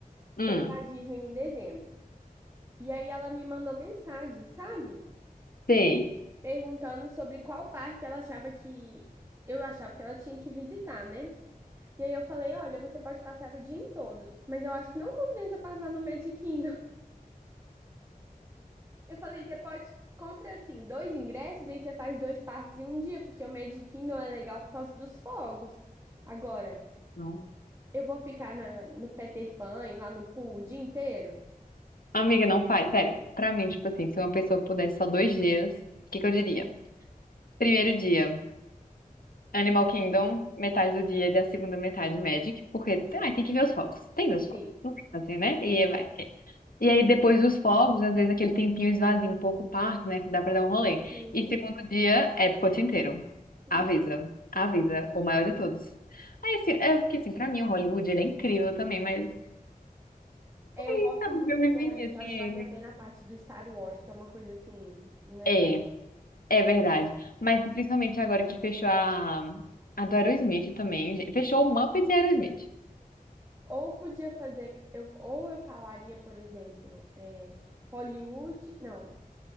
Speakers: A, on the left; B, on the right.
A: Hum,
B: foi pra Disney em dezembro. E aí ela me mandou mensagem, sabe?
A: sei.
B: Perguntando sobre qual parque ela achava que eu achava que ela tinha que visitar, né? E aí eu falei, olha, você pode passar o dia em todos, mas eu acho que não compensa passar no Magic Kingdom. <laughs> Eu falei, você pode compra assim dois ingressos e aí você faz dois parques em um dia, porque o Magic Kingdom é legal por causa dos fogos. Agora,
A: Não.
B: eu vou ficar na, no Peter Pan, e lá no pool o dia inteiro?
A: Amiga, não faz. Sério, pra mim, tipo assim, se uma pessoa pudesse só dois dias, o que que eu diria? Primeiro dia, Animal Kingdom, metade do dia e a segunda metade Magic, porque ai, tem que ver os focos. Tem que ver os
B: Sim,
A: focos. Não tem que fazer, né?
B: sim.
A: E vai. E aí, depois dos fogos, às vezes aquele tempinho esvazia um pouco o parque, né? Que dá pra dar um rolê.
B: Sim.
A: E segundo dia, Epcot inteiro.
B: sim.
A: Avisa, avisa, o maior de todos. Aí, assim, é porque, assim, pra mim o Hollywood, ele é incrível também, mas
B: É,
A: <laughs>
B: eu gosto
A: sabe
B: muito
A: que eu vivi
B: do Hollywood,
A: assim
B: eu acho que
A: ele.
B: vale a pena a parte do Star Wars, que é uma coisa assim, né?
A: É, é verdade. Mas principalmente agora que fechou a, a do Aerosmith também. gente. Fechou o Muppets e Aerosmith.
B: Ou podia fazer, eu, ou eu falaria, por exemplo, é, Hollywood. Não.